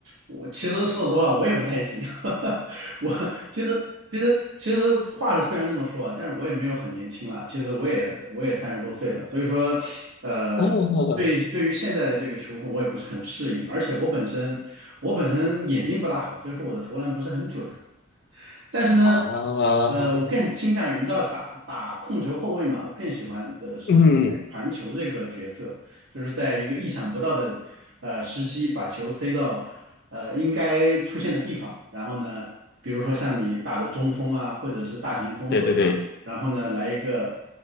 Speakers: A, on the right; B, on the left.
A: 我其实说实话，我也不太行。<laughs> 我其实其实其实话是虽然这么说啊，但是我也没有很年轻了。其实我也我也三十多岁了，所以说，呃，
B: 哦
A: 对对于现在的这个球风，我也不是很适应。而且我本身我本身眼睛不大好，所以说我的投篮不是很准。但是呢，
B: 啊。
A: 呃，
B: <laughs>
A: 我更倾向于你知道打打控球后卫嘛，我更喜欢的是偏向于传球这个角色，
B: 嗯，
A: 就是在一个意想不到的呃时机把球塞到呃应该出现的地方，然后呢，比如说像你打的中锋啊，或者是大前锋手上，
B: 对对对，
A: 然后呢来一个